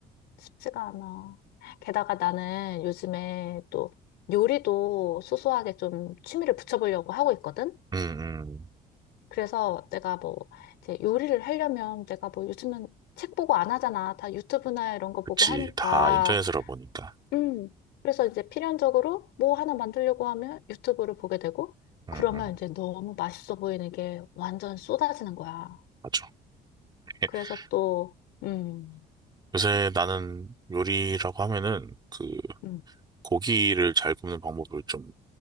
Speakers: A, on the left; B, on the right.
A: 쉽지가 않아. 게다가 나는 요즘에 또 요리도 소소하게 좀 취미를 붙여보려고 하고 있거든?
B: 음, 음.
A: 그래서 내가 뭐, 이제 요리를 하려면 내가 뭐 요즘은 책 보고 안 하잖아. 다 유튜브나 이런 거
B: 그치.
A: 보고 하니까.
B: 다 인터넷으로 보니까.
A: 음. 그래서 이제 필연적으로 뭐 하나 만들려고 하면 유튜브를 보게 되고, 그러면
B: 응, 응,
A: 이제 너무 맛있어 보이는 게 완전 쏟아지는 거야.
B: 맞아. <laughs>
A: 그래서 또, 음,
B: 요새 나는 요리라고 하면은 그
A: 음.
B: 고기를 잘 굽는 방법을 좀